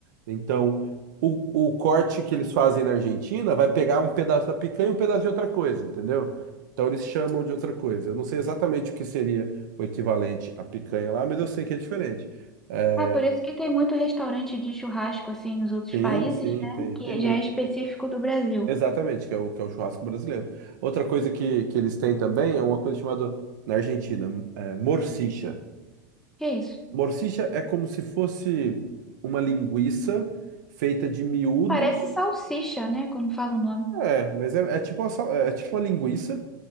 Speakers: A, on the right; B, in the centre.
A: Então, o, o corte que eles fazem na Argentina vai pegar um pedaço da picanha e um pedaço de outra coisa, entendeu? Então, eles chamam de outra coisa. Eu não sei exatamente o que seria o equivalente à picanha lá, mas eu sei que é diferente. É,
B: Ah, por isso que tem muito restaurante de churrasco assim nos outros
A: Sim,
B: países,
A: sim,
B: né?
A: tem,
B: Que
A: tem muito.
B: já é específico do Brasil.
A: Exatamente, que é o, que é o churrasco brasileiro. Outra coisa que, que eles têm também é uma coisa chamada, na Argentina, é, morcicha.
B: Que é isso?
A: Morcicha é como se fosse uma linguiça feita de miúdos.
B: Parece salsicha, né? Quando fala o nome.
A: É, mas é, é tipo uma, sal- é é tipo uma linguiça,